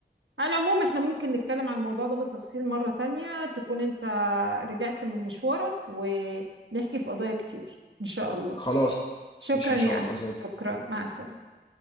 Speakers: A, on the right (about 85°); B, on the left (about 25°).
A: على العموم احنا ممكن نتكلم عن الموضوع ده بالتفصيل مرة تانية تكون انت رجعت من مشوارك ونحكي في قضايا كتير ان شاء الله
B: خلاص
A: شكرا
B: ماشي ان شاء
A: يا احمد
B: الله زي
A: شكرا مع السلامة